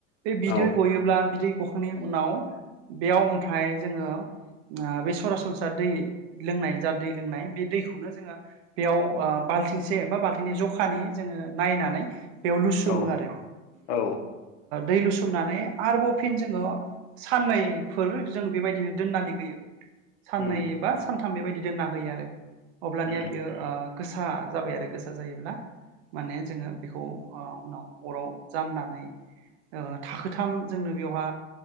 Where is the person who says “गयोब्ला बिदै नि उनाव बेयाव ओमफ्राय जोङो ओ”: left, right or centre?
Right